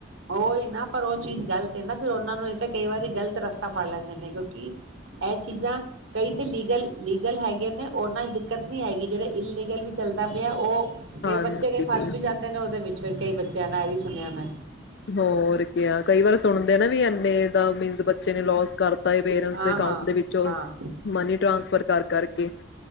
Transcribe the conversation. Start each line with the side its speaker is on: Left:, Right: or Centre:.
Right: ਉਹੀ ਨਾ ਪਰ ਉਹ ਚੀਜ਼ ਗ਼ਲਤ ਹੈ, ਨਾ ਫਿਰ ਉਹਨਾਂ ਨੂੰ ਇਹ ਤਾਂ ਕਈ ਵਾਰੀ ਗ਼ਲਤ ਰਸਤਾ ਫੜ ਲੈਂਦੇ ਨੇ ਕਿਉਂਕਿ ਇਹ ਚੀਜ਼ਾਂ ਕਈ ਤੇ ਲੀਗਲ ਲੀਗਲ ਹੈਗੇ, ਨੇ ਉਹਨਾਂ ਦਿੱਕਤ ਨੀ ਹੈਗੀ ਜਿਹੜੇ ਇਲੀਗਲ ਵੀ ਚੱਲਦਾ ਪਿਆ ਉਹ ਕਈ
Left: ਹਾਂਜੀ
Right: ਬੱਚੇ ਕਈ ਫਸ ਵੀ ਜਾਂਦੇ ਨੇ ਉਹਦੇ ਵਿੱਚ, ਫਿਰ ਕਈ ਬੱਚਿਆਂ ਨਾਲ ਇਹ ਵੀ ਸੁਣਿਆ ਮੈਂ,
Left: ਹੋਰ ਕਿਆ ਕਈ ਵਾਰ ਸੁਣਦੇ ਨਾ ਵੀ ਐ ਫੇਰ, ਮੀਨਸ ਬੱਚੇ ਨੇ ਲੋਸ ਕਰਤਾ ਪੇਰੈਂਟਸ
Right: ਹਾਂ
Left: ਦੇ ਅਕਾਊਂਟ
Right: ਹਾਂ
Left: ਦੇ ਵਿੱਚੋ
Right: ਹਾਂ
Left: ਮਨੀ ਟ੍ਰਾਂਸਫਰ ਕਰ ਕਰਕੇ